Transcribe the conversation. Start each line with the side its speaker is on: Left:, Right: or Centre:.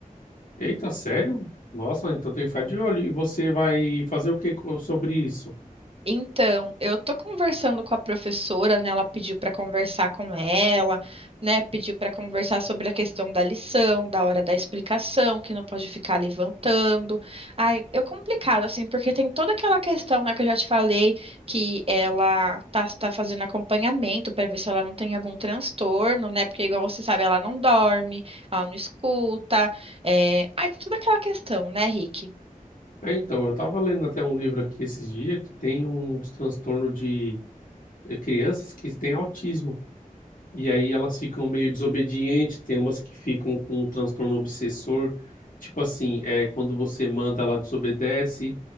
Left: Eita, sério? Nossa, então tem que ficar de olho. E você vai fazer o que co- sobre isso?
Right: Então, eu tô conversando com a professora, né? Ela pediu para conversar com ela, né? Pediu para conversar sobre a questão da lição, da hora da explicação, que não pode ficar levantando. Ai, é complicado assim, porque tem toda aquela questão, né, que eu já te falei, que ela tá, tá fazendo acompanhamento para ver se ela não tem algum transtorno, né? Porque igual você sabe, ela não dorme, ela não escuta. É... Ai, toda aquela questão, né, Rick?
Left: É, então, eu estava lendo até um livro aqui esses dias que tem uns transtorno de eh, crianças que têm autismo. E aí elas ficam meio desobedientes, tem umas que ficam com um transtorno obsessor. Tipo assim, é, quando você manda, ela desobedece.